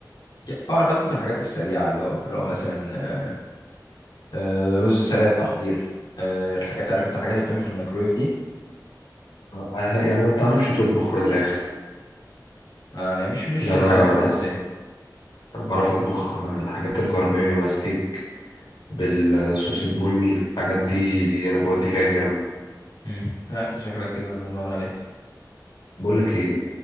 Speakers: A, on the left; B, on the left.
A: ج- بعرف اطبخ الحاجات السريعه اللي هو اللي هو مثلا آه، آه، رز سريع التحضير آه، الحاجات عارف انت الحاجات اللي بتعمل في الميكرويف دي
B: اه، يعني ما بتعرفش تطبخ من الاخر
A: ما هي مش مش
B: لا
A: الحاجات
B: انا
A: الاساسيه
B: انا بعرف اطبخ الحاجات الغربية بقى ستيك بالصوص البني الحاجات دي انا بودي فيها جامد
A: امم آه انت شكلك كده الله ينور عليك
B: بقول لك ايه